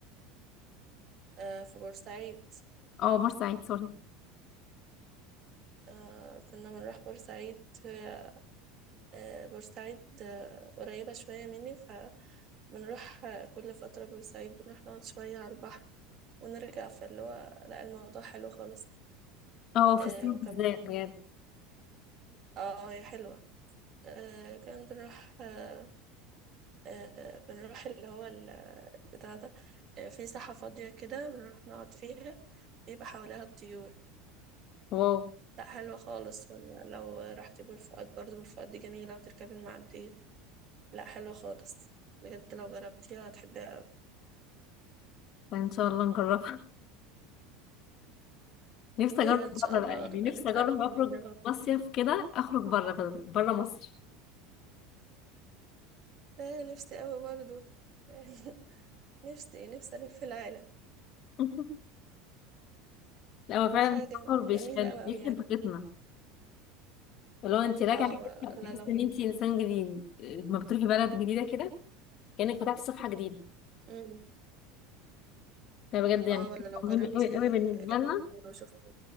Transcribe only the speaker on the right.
آه في بورسعيد
آه كنا بنروح بورسعيد هي- آه بورسعيد آه قريبة شوية مني فبنروح آه، كل فترة بورسعيد بنروح نقعد شوية على البحر ونرجع فاللي هو لا الموضوع حلو خالص
آه
وكمان
اه هي حلوة آه كمان بنروح آه آه بنروح اللي هو ال- بتاع ده آه في ساحة فاضية كده بنروح نقعد فيها بيبقى حواليها الطيور
لا حلوة خالص ولا لو رحتي بور فؤاد برضه بور فؤاد دي جميلة وتركبي المعدية لا حلو خالص بجد لو جربتيها هتحبيها قوي
ايوه ان شاء
الله
نبقى
نتقابل
ونجربها
آه نفسي قوي برضو <laughs> نفسي نفسي الف في العالم
حاجه
جم...
جميله قوي
قوي يعني
اه
لا لو
مم.
اه ولا
لو جربتي
آه، لبنان
وشفتي